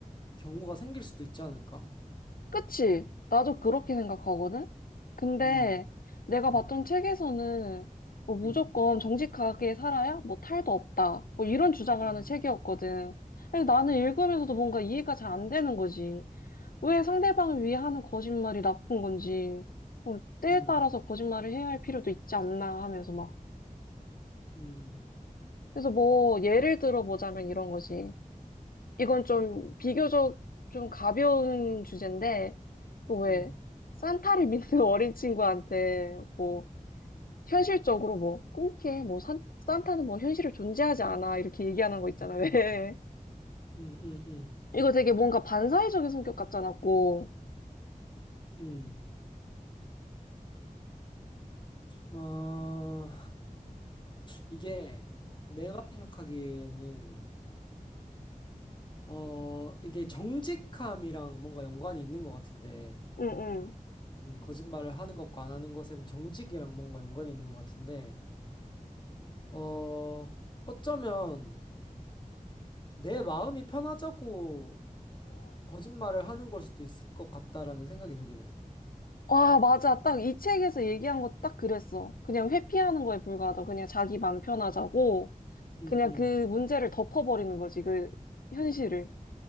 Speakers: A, on the left (about 35°); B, on the left (about 85°).
A: 경우가 생길 수도 있지 않을까?
B: 그치? 나도 그렇게 생각하거든? 근데
A: 음,
B: 내가
A: 음,
B: 봤던 책에서는 뭐 무조건
A: 음,
B: 정직하게 살아야 뭐 탈도 없다. 뭐 이런 주장을
A: 음,
B: 하는 책이었거든. 근데 나는 읽으면서도 뭔가 이해가 잘 안 되는 거지. 왜 상대방을 위해 하는 거짓말이 나쁜 건지. 뭐 때에
A: 음,
B: 따라서 거짓말을 해야 할 필요도 있지 않나 하면서 막.
A: 음.
B: 그래서 뭐 예를 들어보자면 이런 거지. 이건 좀 비교적 좀 가벼운 주제인데, 그왜
A: 음.
B: 산타를 믿는 <laughs> 어린 친구한테 뭐 현실적으로 뭐 꿈깨 뭐 산, 산타는 뭐 현실을 존재하지 않아 이렇게 얘기하는 거 있잖아 왜
A: 음, 음, 음,
B: <laughs> 이거 되게 뭔가 반사회적인 성격 같잖아 고
A: 음. 어, 이게 내가 생각하기에는, 어, 이게 정직함이랑 뭔가 연관이 있는 것 같은데,
B: 음음음음음음음어어와
A: 음, 거짓말을 하는 것과 안 하는 것에는 정직이랑 뭔가 연관이 있는 것 같은데, 어, 어쩌면 내 마음이 편하자고 거짓말을 하는 걸 수도 있을 것 같다라는 생각이 들긴 해.
B: <laughs> 맞아 딱 이 책에서 얘기한 거 딱 그랬어 그냥 회피하는 거에 불과하다 그냥 자기 맘 편하자고
A: 음,
B: 그냥
A: 음,
B: 그 문제를 덮어버리는 거지, 그 현실을.